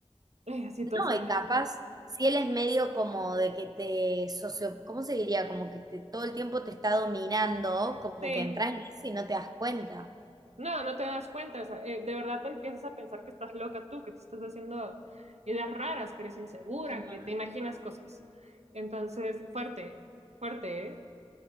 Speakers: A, on the right (about 80°); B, on the right (about 35°).
A: eh, situaciones.
B: No, y capaz, si él es medio como de que te socio, ¿cómo se diría? Como que te- todo el tiempo te está dominando, como
A: Sí,
B: que entras en eso y no te das cuenta.
A: no, no te das cuenta, o sea, eh, de verdad te empiezas a pensar que estás loca tú, que te estás haciendo ideas raras, que eres insegura,
B: Qué mal.
A: que te imaginas cosas. Entonces, fuerte, fuerte, ¿eh?